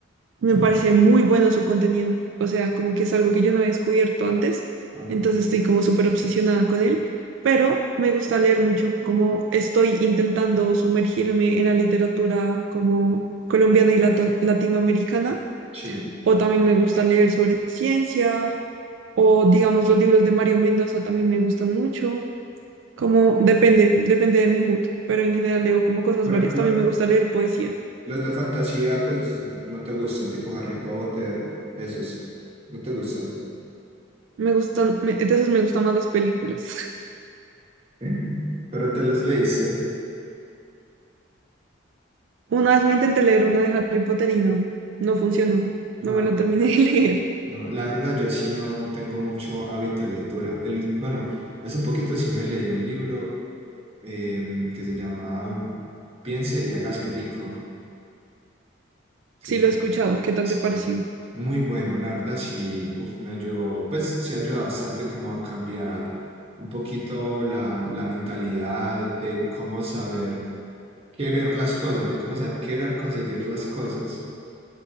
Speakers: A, on the right; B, on the right.
A: <laughs>
B: Me
A: Ujú.
B: parece muy bueno su contenido. O sea, como que es algo que yo no había descubierto antes.
A: Ajá.
B: Entonces estoy como súper obsesionada con él. Pero me gusta leer mucho como estoy intentando sumergirme en la literatura como colombiana y lato- latinoamericana
A: Sí.
B: o también me gusta leer sobre ciencia, o digamos los libros de Mario Mendoza también me gustan mucho, como depende, depende de mi mood, pero en general leo como cosas
A: Por
B: varias,
A: ejemplo,
B: también me gusta leer poesía,
A: Los de fantasía, pues no te gustan, tipo Harry Potter, esos, no te gustan.
B: me gustan, me- de esas me gustan más las películas. <laughs>
A: <laughs> Pero te los leíste.
B: Una vez me intenté leer uno de Harry Potter y no, no funcionó,
A: No,
B: no me lo terminé de <laughs> leer.
A: no, la verdad yo sí no tengo mucho hábito de lectura. El, bueno, hace poquito sí me leí un libro em, que se llama Piense y hágase rico. Sí,
B: Sí
A: tan-
B: lo he escuchado, ¿qué tal
A: sí.
B: te pareció?
A: Muy bueno, la verdad sí, uf, me ayudó, pues sí ayuda bastante como a cambiar un poquito la, la mentalidad de cómo saber querer las cosas, de cómo saber querer conseguir las cosas.